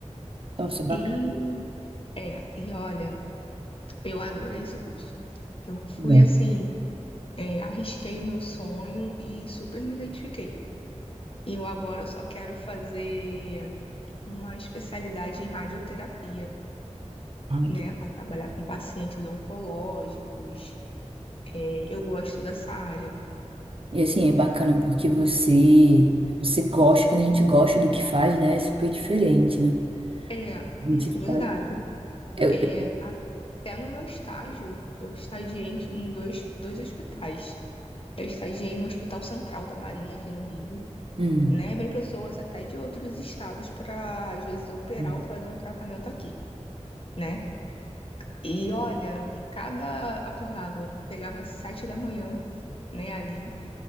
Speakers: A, on the right; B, on the left.
A: Nossa, bacana.
B: E é, e olha, eu adorei esse curso. Eu fui
A: Bom.
B: assim, é, arrisquei o meu sonho e super me identifiquei. E eu agora só quero fazer uma especialidade em radioterapia,
A: Ai,
B: né,
A: que...
B: para trabalhar com pacientes oncológicos. É, eu gosto dessa área.
A: E assim, é bacana porque você você gosta, quando a gente gosta do que faz, né? É super diferente, né?
B: É,
A: A gente
B: isso é verdade.
A: faz. Eu,
B: É,
A: eu-
B: até no meu estágio, eu estagiei em em dois, dois hospitais. Eu estagiei no Hospital Central da Marinha, aqui no Rio,
A: hum,
B: né? Vem pessoas até de outros estados para, às vezes, operar
A: hum,
B: ou fazer um tratamento aqui, né? E olha, cada acordava, pegava sete da manhã, né, ali,